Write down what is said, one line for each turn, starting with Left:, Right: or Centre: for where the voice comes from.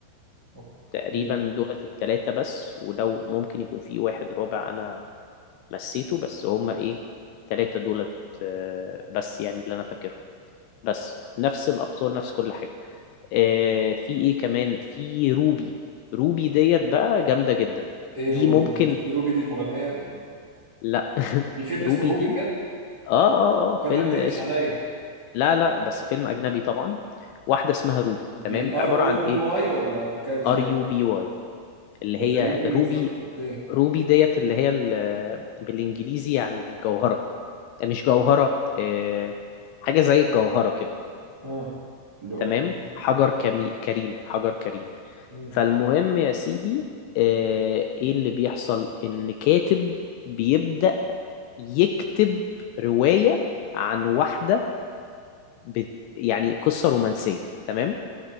Right: أوكي.
Left: تقريبا دولت التلاتة بس ولو ممكن يكون في واحد رابع انا نسيته بس هما ايه التلاتة دولت آه، بس يعني اللي انا فاكرهم بس نفس الابطال نفس كل حاجة آه، في ايه كمان في روبي روبي ديت بقى جامدة جدا
Right: ايه
Left: دي
Right: روبي
Left: ممكن
Right: دي مش دي روبي دي المغنية يا ابني
Left: لا <laughs>
Right: في فيلم
Left: روبي
Right: اسمه روبي
Left: دي
Right: بجد
Left: اه اه اه فيلم
Right: كاتك تقلش
Left: اسمه
Right: عليا
Left: لا لا بس فيلم اجنبي طبعا واحدة اسمها روبي تمام
Right: دي
Left: عبارة
Right: ار او
Left: عن
Right: بي
Left: ايه
Right: واي ولا بكاب زي
Left: ار يو بي واي اللي
Right: ده
Left: هي
Right: زي روبي
Left: روبي
Right: بالظبط اوكي
Left: روبي ديت اللي هي ال- بالانجليزي يعني جوهرة مش جوهرة آه، حاجة زي الجوهرة كده
Right: اه لا
Left: تمام
Right: ماشي.
Left: حجر
Right: اوكي
Left: كمي... كريم حجر كريم
Right: مم.
Left: فالمهم يا سيدي آه، ايه اللي بيحصل ان كاتب بيبدأ يكتب رواية عن واحدة بت... يعني قصة رومانسية تمام